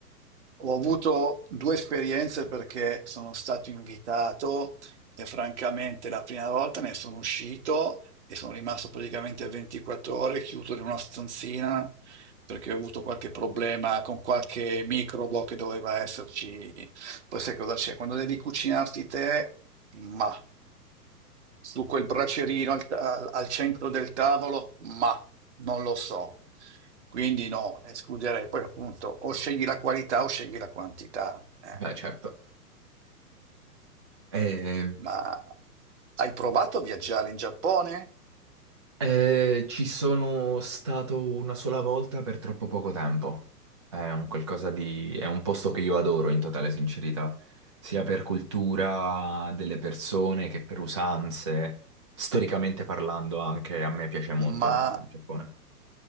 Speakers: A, on the right; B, on the right.
A: Ho avuto due esperienze perché sono stato invitato e francamente la prima volta ne sono uscito e sono rimasto praticamente 24 ore chiuso in una stanzina perché ho avuto qualche problema con qualche microbo che doveva esserci poi sai cosa c'è? Quando devi cucinarti te, ma su quel bracerino al, al- al centro del tavolo, ma non lo so. Quindi no, escluderei. Poi appunto o scegli la qualità o scegli la quantità. eh.
B: Beh, certo. Eh,
A: Ma hai provato a viaggiare in Giappone?
B: eh, ci sono stato una sola volta per troppo poco tempo. È un qualcosa di... è un posto che io adoro in totale sincerità, sia per cultura delle persone che per usanze. Storicamente parlando, anche a me piace molto
A: Ma
B: il, il Giappone.